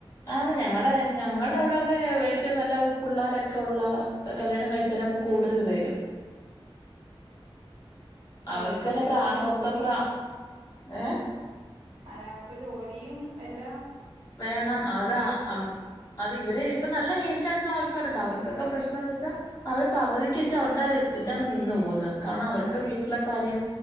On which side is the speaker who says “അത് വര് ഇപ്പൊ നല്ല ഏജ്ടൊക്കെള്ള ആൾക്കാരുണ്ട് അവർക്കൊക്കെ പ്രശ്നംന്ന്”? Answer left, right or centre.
Left